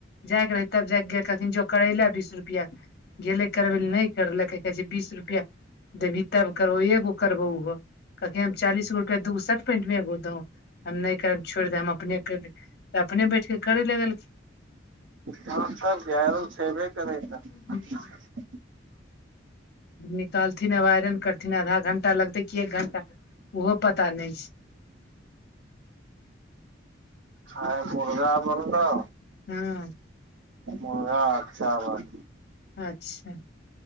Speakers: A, on the left (about 55°); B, on the right (about 85°).
A: जायके रहै तब जाय गेलखिन जंं करैला दिस। बीस रुपया गेलै करबै ले नहि करलकै कहै छै बीस रुपैया देबही तब करेबो, एगो करबो ओहो। कमलकै हम चालिस गो रुपया दुगो शर्ट पेंट ले एबो दो हम नहि। छोड़ि दे हम अपने कैर लेबै, अपने बैठके करे लगलखिन।
B: हँ तब कि आइरन छेबे करै तऽ।
A: लगलखिन
B: <inaudible>
A: निकालथिन आ आइरन करथिन आधा घंटा लगते की एक घंटा ओहो पता नहि छै।
B: आय मुरगा बनलौ।
A: हूँ।
B: मुरगा आ चावल।
A: अच्छा